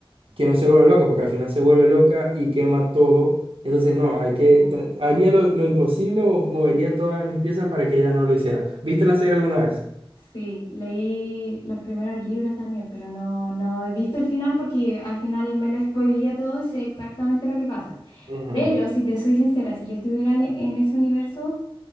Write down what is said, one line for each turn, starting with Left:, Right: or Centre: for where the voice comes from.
Right: que no se vuelva loca, porque al final se vuelve loca y quema todo. Entonces no, hay que,
Left: sí.
Right: ta- haría lo, lo imposible o movería todas mis piezas para que ella no lo hiciera. ¿Viste la serie alguna vez?
Left: Sí, leí los primeros libros también, pero no, no he visto el final porque al final me lo spoileé todo y sé exactamente lo que pasa.
Right: Ujú.
Left: Pero si te soy sincera, si yo estuviera en, en ese universo,